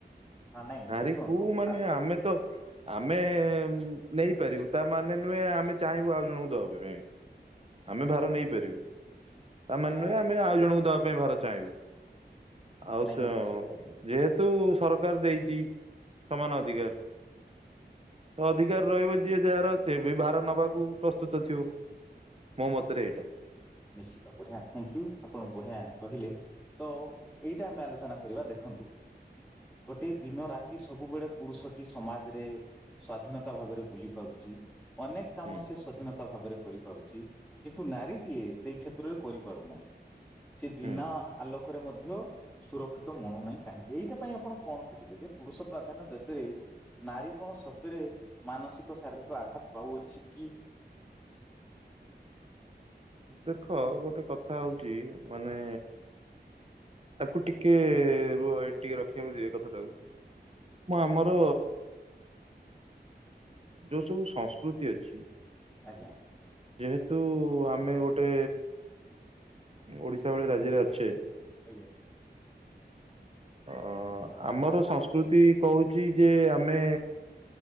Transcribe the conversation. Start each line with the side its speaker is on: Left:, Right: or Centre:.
Centre: ହଁ ନାଇଁ
Right: ନାରୀ
Centre: ଶୁଣନ୍ତୁ
Right: କୁ ମାନେ
Centre: ଆ
Right: ଆମେ ତ ଆମେ ନେଇପାରିବୁ ତା ମାନେ ନୁହେଁ ଆମେ ଚାହିଁବୁ ଆଉ ଜଣଙ୍କୁ ଦବା ପାଇଁ। ଆମେ ଭାର
Centre: ଏ,
Right: ନେଇପାରିବୁ। ତା ମାନେ
Centre: ଆ,
Right: ନୁହେଁ ଆମେ ଆଉ ଜଣଙ୍କୁ ଦବା ପାଇଁ ଭାର ଚାହିଁବୁ। ଆଉ
Centre: ନାଇଁ
Right: ସେ ଆଉ ଯେହେତୁ ସରକାର ଦେଇଛି ସମାନ ଅଧିକାର ତ ଅଧିକାର ରହିବ ଯିଏ ଯାହାର ସେବି ଭାର ନବାକୁ ପ୍ରସ୍ତୁତ ଥିବ। ମୋ ମତରେ ଏଇଟା।
Centre: ନିଶ୍ଚିତ ବଢିଆ ଥ୍ୟାଙ୍କ ୟୁ। ଆପଣ ବଢିଆ କହିଲେ। ତ ଏଇଟା ଆମେ ଆଲୋଚନା କରିବା ଦେଖନ୍ତୁ ଗୋଟେ ଦିନ ରାତି ସବୁବେଳେ ପୁରୁଷଟି ସମାଜରେ ସ୍ଵାଧୀନତା ଭାବରେ ବୁଲି ପାରୁଚି। ଅନେକ କାମ
Right: ହୁଁ
Centre: ସେ ସ୍ଵାଧୀନତା ଭାବରେ କରିପାରୁଚି। କିନ୍ତୁ ନାରୀ ଟିଏ ସେଇ କ୍ଷେତ୍ରରେ କରିପାରୁନାହିଁ। ସେ ଦିନ
Right: ହୁଁ।
Centre: ଆଲୋକରେ ମଧ୍ୟ ସୁରକ୍ଷିତ ମଣୁନାହିଁ କାହିଁକି? ଏଇଟା ପାଇଁ ଆପଣ କଣ କହିବେ। ଯେ ପୁରୁଷ ପ୍ରାଧାନ୍ୟ ଦେଶରେ ନାରୀ କଣ ସତରେ ମାନସିକ ଶାରୀରିକ ଆଘାତ ପାଉଅଛି କି?
Right: ଦେଖ ଗୋଟେ କଥା ହଉଚି ମାନେ ତାକୁ ଟିକେ ରୁହ ଏଇଟି ଟିକେ ରଖିବାକୁ ଦିଅ କଥା ଟାକୁ। ମୁଁ ଆମର। ଯୋଉ ସବୁ ସଂସ୍କୃତି ଅଛି
Centre: ଆଜ୍ଞା ଆଜ୍ଞା।
Right: ଯେହେତୁ ଆମେ ଗୋଟେ ଓଡ଼ିଶା ଭଳି ରାଜ୍ୟରେ ଅଛେ
Centre: ଆଜ୍ଞା।
Right: ଅ ଆମର ସଂସ୍କୃତି କହୁଛି ଯେ ଆମେ